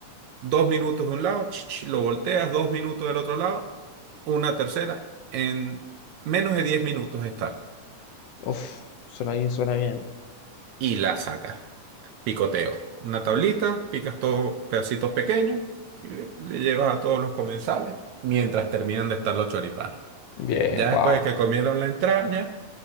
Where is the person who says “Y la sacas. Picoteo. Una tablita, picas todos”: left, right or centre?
Right